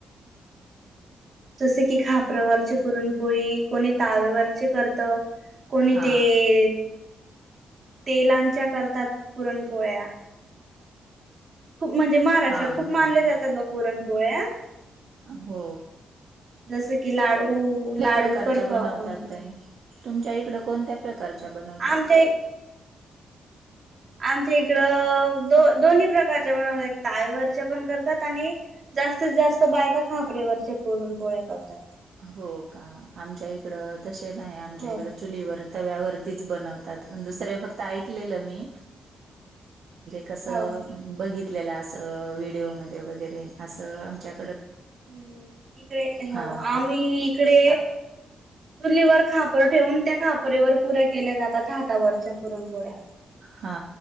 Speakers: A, on the right (about 40°); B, on the right (about 65°).
A: जसे की खापरावरचे पुरणपोळी कोणी तालवरचे करत कोणी
B: हा
A: ते तेलांच्या करतात पुरणपोळ्या खूप म्हणजे महाराष्ट्रात
B: हा
A: खूप मानले
B: हा हा
A: जातात बा पुरणपोळ्या
B: हो
A: जसे की लाडू लाडू
B: प्रकारच्या
A: करतो
B: बनवतात
A: आपण
B: तुमच्या इकड कोणत्या प्रकारच्या बनवतात
A: आमच्या आमच्या इकडं दो दोन्ही प्रकारचे पणात तावेवरचे पण करतात आणि जास्तीत जास्त बायका खापरेवरचे पुरण पोळ्या करतात
B: हो का आमच्या इकडं तसे नाही आमच्या
A: हो
B: इकड चुलीवर तव्यावरतीच बनवतात दुसऱ्या फक्त ऐकलं मी कस
A: हो.
B: बघितल अस व्हिडिओमध्ये वगैरे अस आमच्या
A: हम् इकडे
B: हा
A: हो आम्ही इकडे चुलीवर खापर ठेवून त्या खापरेवर पुऱ्या केल्या जातात हातावरच्या पुरणपोळ्या
B: हा